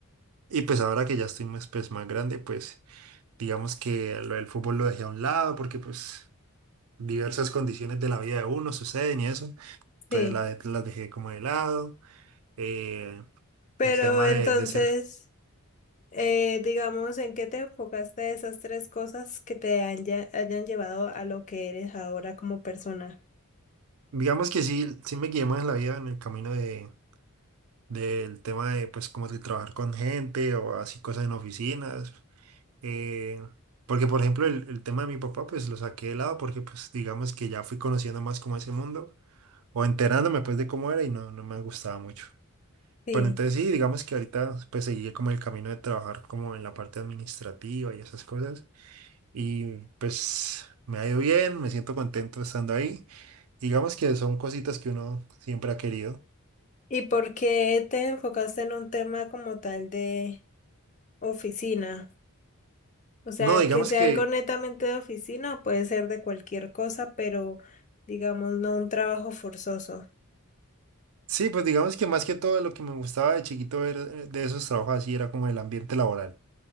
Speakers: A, on the right; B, on the left.
A: Y pues ahora que ya estoy más, pues, más grande, pues digamos que lo del fútbol lo dejé a un lado porque pues diversas condiciones de la vida de uno suceden y eso. Entonces
B: sí.
A: la- las dejé como de lado. Eh,
B: Pero
A: el tema
B: entonces,
A: de, de ser,
B: eh, digamos, ¿en qué te enfocaste de esas tres cosas que te haya- hayan llevado a lo que eres ahora como persona?
A: digamos que sí, sí me guié más en la vida en el camino de, del tema de, pues, como de trabajar con gente o así cosas en oficinas. Eh, porque, por ejemplo, el, el tema de mi papá, pues lo saqué de lado porque, pues, digamos que ya fui conociendo más como ese mundo o enterándome, pues, de cómo era y no, no me gustaba mucho.
B: Sí.
A: Pero entonces sí, digamos que ahorita, pues, seguí como el camino de trabajar como en la parte administrativa y esas cosas. y pues me ha ido bien, me siento contento estando ahí. Digamos que son cositas que uno siempre ha querido.
B: ¿Y por qué te enfocaste en un tema como tal de oficina? O sea,
A: No, digamos
B: que sea
A: que,
B: algo netamente de oficina, o puede ser de cualquier cosa, pero digamos, no un trabajo forzoso.
A: sí, pues digamos que más que todo lo que me gustaba de chiquito ver eh, de esos trabajos así era como el ambiente laboral,